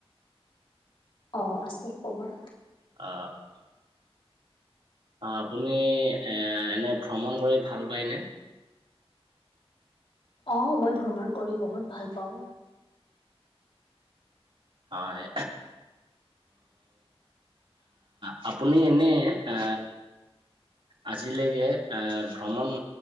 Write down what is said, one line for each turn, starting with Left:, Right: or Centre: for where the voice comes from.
Left: অ', আছে ক'বা
Right: অ', অ', আপুনি এ এনে ভ্ৰমণ কৰি ভাল পায়নে?
Left: আহ, মই ভ্ৰমণ কৰি বহুত ভাল পাওঁ
Right: হয় অ', পুনি এনেনে আ আজিলৈকে আহ ভ্ৰমণ